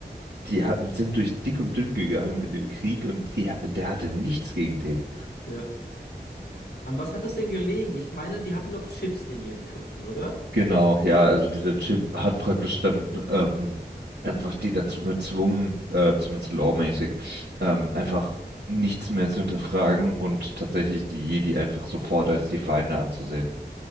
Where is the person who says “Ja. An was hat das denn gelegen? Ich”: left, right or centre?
Left